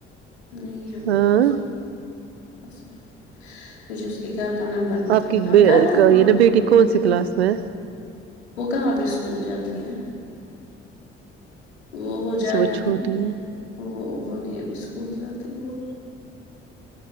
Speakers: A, on the left; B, on the right.
A: نہیں ہے مجھے
B: ہاں
A: اس میں پسند مجھے اس کے گھر کا نمبر بھی
B: آپ
A: تھا
B: کی
A: ہم
B: یہ
A: کرتے تھے روزبح
B: نا بیٹی کون سی کلاس میں ہے
A: وہ کہاں بھی اسکول جاتی ہے وہ ہو
B: اچھا
A: جائے
B: وہ
A: گی
B: چھوٹی ہے
A: وہ بنی اب اسکول جاتے وہ